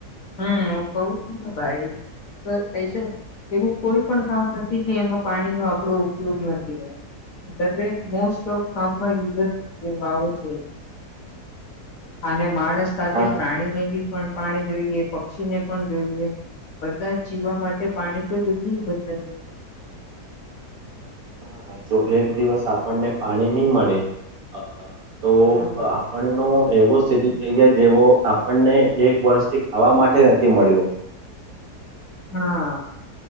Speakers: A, on the left; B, on the right.
A: હમ હું કવ છું ને ભાઈ તો છે. એવું કોઈ પણ કામ નથી જે એમાં પાણીનો આપણો ઉપયોગ નથી હોય દરેક મોસ્ટ ઓફ કામમાં યુઝ જ આવે છે. અને માણસ સાથે
B: હા
A: ને બી પણ પાણી જોઈએ, પક્ષીને પણ જોઈએ. બધા જ જીવવા માટે પાણી તો જોઈ ન બધાને.
B: હા. જો એક દિવસ આપણને પાણી નહી મળે અ તો
A: હમ
B: આપણ નો એવું સ્થિતિ થઈ જાય જેવો આપણને એક વર્ષથી ખાવા માટે નથી મળ્યો.
A: હા.